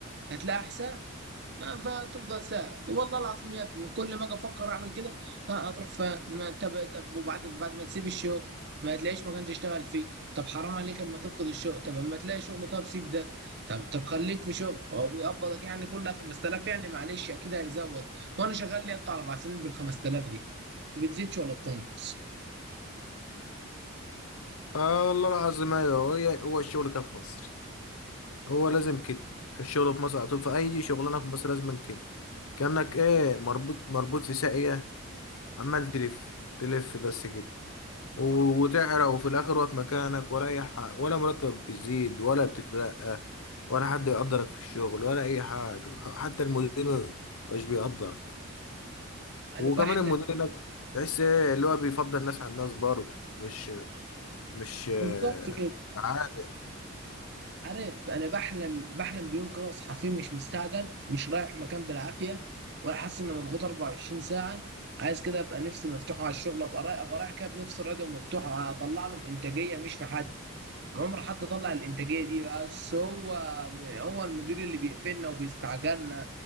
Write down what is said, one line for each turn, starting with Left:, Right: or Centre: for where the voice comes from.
Right: هتلاقي احسن آه، فتفضل ساعة والله العظيم يا ابني كل ما اجي افكر اعمل كده آه، هتروح فين ما- طب طب وبعد بعد ما تسيب الشغل ما تلاقيش مكان تشتغل فيه طب حرام عليك اما تفقد الشغل طب اما تلاقي شغل طب سيب ده طب طب خليك في شغل هو بيقبضك يعني كل 5000 يعني معلش اكيد هيزود وانا شغال لي بتاع اربع سنين بال 5000 دي بتزيدش ولا بتنقص
Left: آه والله العظيم أيوه هو هو الشغل كده في مصر هو لازم كده الشغل في مصر على طول في أي شغلانة في مصر لازم كده كأنك إيه مربوط مربوط في ساقية عمال تلف تلف بس كده و- وتعرق وفي الآخر واقف مكانك ولا أي حاجة ولا مرتب بيزيد ولا بتترقى ولا حد يقدرك في الشغل ولا أي حاجة حتى المدير مش بيقدرك
Right: انا
Left: وكمان
Right: بحلم
Left: المدير هناك تحس إيه اللي هو بيفضل الناس على الناس برضه مش مش
Right: بالظبط كده
Left: آه،
Right: عارف انا بحلم بحلم بيوم كده اصحى فيه مش مستعجل مش رايح مكان بالعافيه ولا حاسس اني مضغوط 24 ساعه عايز كده ابقى نفسي مفتوحه على الشغل ابقى رايح ابقى رايح كده بنفس راضيه ومفتوحه هطلع لهم انتاجيه مش في حد عمر حد طلع الانتاجيه دي بس هو هو المدير اللي بيقفلنا وبيستعجلنا